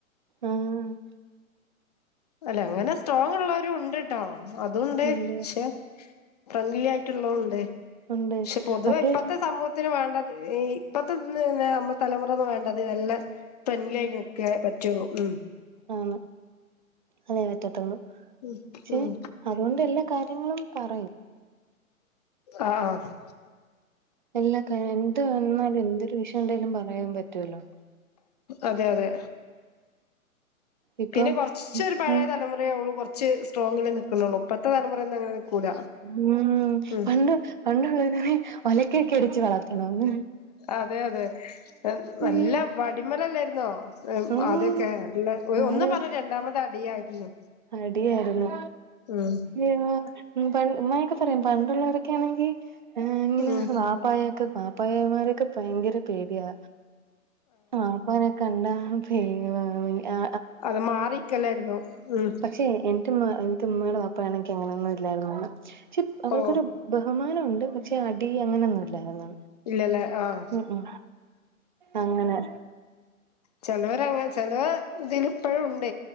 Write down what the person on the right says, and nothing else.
ഉം
ഉണ്ട്
ഉണ്ട്
മറ്റേ
ആണ് അതെ പറ്റത്തുള്ളൂ
പക്ഷെ
അതുകൊണ്ട് എല്ലാ കാര്യങ്ങളും പറയും
എല്ലാ കഴിഞ്ഞിട്ട് എന്ത് വന്നാലു ന്തൊരു വിഷയം ണ്ടേലും പറയാൻ പറ്റുവല്ലോ
ഇപ്പം
ഉം
ഉമ്
പണ്ട് പണ്ടുള്ളതിനെ ഒലക്കൊക്കെ ടിച് വളർത്തണന്ന്
അയ്യോ
ഉം
നമ്മള്
അടിയായിരുന്നു
അയ്യോ ഇങ്ങനെ ഒക്കെ പറയും പണ്ടുള്ളോരൊക്കെ ആണെങ്കിൽ ഏയി ഇങ്ങനെ
വാപ്പായൊക്കെ വാപ്പനൊക്കെ ഭയങ്കര പേടിയാ ആഹ് വാപ്പനെ കണ്ടാ പേടിയാ
പക്ഷെ എന്റെ എന്റെ ഉമ്മയുടെ വാപ്പാനെ ഒക്കെ അങ്ങനെ ഒന്നും ഇല്ലായിരുന്നുണ്ട് പക്ഷെ അവർക്കൊരു
ബഹുമാനം ണ്ട് പക്ഷെ അടി അങ്ങനെയൊന്നുമില്ലായിരുന്നു
ഉം ഉ അങ്ങനെ